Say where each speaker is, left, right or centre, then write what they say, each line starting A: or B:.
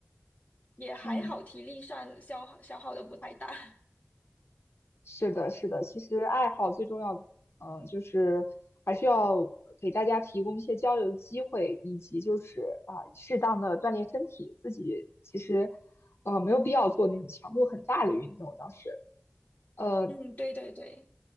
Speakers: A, on the left (about 35°); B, on the left (about 80°).
A: 也还好，
B: 嗯
A: 体力上消耗消耗的不太大。<laughs>
B: 是的，是的。其实爱好最重要，嗯，就是还是要给大家提供一些交流的机会，以及就是啊，适当的锻炼身体。自己其实呃没有必要做那种强度很大的运动，倒是呃，
A: 嗯，对对对。